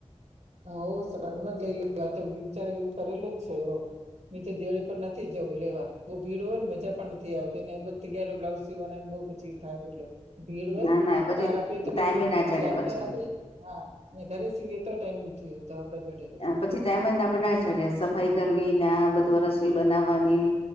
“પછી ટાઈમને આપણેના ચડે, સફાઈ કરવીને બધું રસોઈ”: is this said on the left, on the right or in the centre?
Left